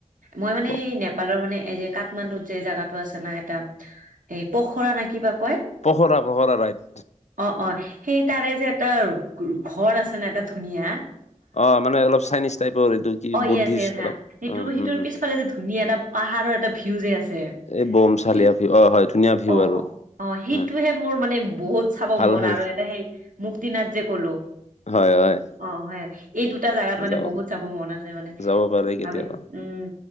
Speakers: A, on the right (about 80°); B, on the left (about 60°).
A: মই মানে
B: কওক
A: সেই নেপালৰ মানে এই কাঠমাণ্ডুত যে জাগাটো আছে না এটা এই পখৰা নাই কিবা কয়।
B: পখৰা পখৰা ৰাইড
A: অহ', অহ', সেই তাৰে যে এটা ঘৰ আছে না' এটা ধুনীয়া।
B: অহ' মানে অলপ চাইনিজ টাইপৰ এইটো কি
A: অহ,
B: বুদ্ধিষ্ট
A: ইয়েছ ইয়েছ হা,
B: অলপ
A: সেইটো
B: উম
A: সেইটোৰ
B: হম হম
A: পিছফালে যে, ধুনীয়া এটা পাহাৰৰ এটা ভিউ যে আছে।
B: এই বমচালিয়া
A: সি
B: ভিউ অ হয় ধুনীয়া ভিউ
A: অহ,
B: আৰু
A: ', সেইটোহে
B: হয়
A: মোৰ মানে বহুত চাব
B: ভাল
A: মন
B: লাগে
A: আৰু এটা সেই মুক্তি নাথ যে গ'লো,
B: হয় হয়
A: অহ' হয় এই দুটা জাগাত মোৰ মানে
B: যাব
A: বহুত চাব মন আছে মানে।
B: যাব পাৰে কেতিয়াবা
A: ভাবে উম,